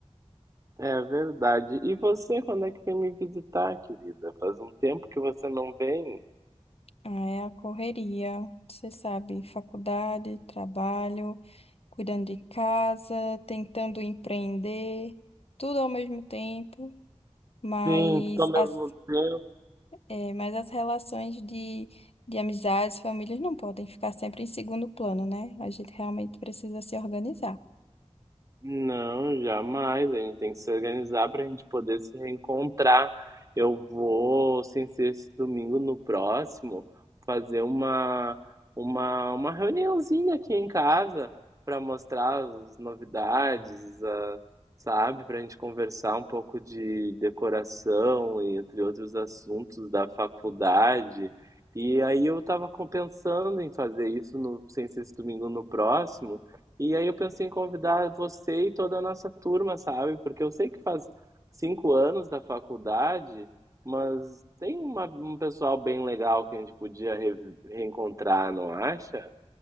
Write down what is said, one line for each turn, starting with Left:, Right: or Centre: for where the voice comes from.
Right: É verdade. E você, quando é que vem me visitar, querida? Faz um tempo que você não vem.
Left: Ah, é a correria, você sabe, faculdade, trabalho, cuidando de casa, tentando empreender, tudo ao mesmo tempo. Mas
Right: Sim, tudo ao mesmo
Left: as
Right: tempo.
Left: É, mas as relações de, de amizades, famílias não podem ficar sempre em segundo plano, né? A gente realmente precisa se organizar.
Right: Não, jamais. A gente tem que se organizar para a gente poder se reencontrar. Eu vou, sem ser esse domingo, no próximo, fazer uma, uma, uma reuniãozinha aqui em casa para mostrar as novidades, a- sabe? Para a gente conversar um pouco de decoração e entre outros assuntos da faculdade. E aí eu estava pensando em fazer isso no, sem ser esse domingo, no próximo. E aí eu pensei em convidar você e toda a nossa turma, sabe? Porque eu sei que faz cinco anos da faculdade, mas tem uma- um pessoal bem legal que a gente podia re- reencontrar, não acha?